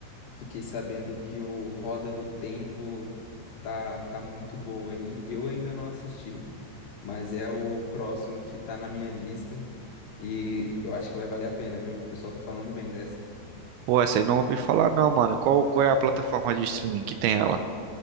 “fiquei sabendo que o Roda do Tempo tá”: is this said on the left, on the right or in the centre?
Left